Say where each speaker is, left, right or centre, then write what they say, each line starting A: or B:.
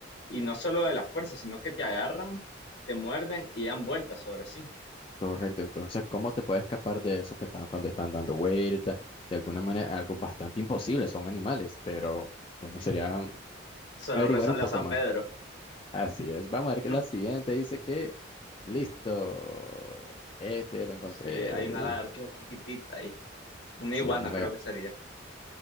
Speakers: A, on the left (about 60°); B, on the left (about 25°).
A: Y no solo de la fuerza, sino que te agarran, te muerden y dan vueltas sobre sí.
B: Correcto, entonces, ¿cómo te puedes escapar de eso que están cuando están dando vueltas? De alguna manera, algo bastante imposible, son animales, pero... Bueno,
A: Sí,
B: sería
A: solo
B: averiguar
A: rezarle
B: un poco
A: a San
B: más.
A: Pedro.
B: Así es. Vamos a ver que
A: <laughs>
B: la siguiente dice que, listo, este lo encontré.
A: Sí, hay una lagartija chiquitita ahí. Una
B: Sí,
A: iguana
B: una
A: creo
B: lagar-
A: que sería.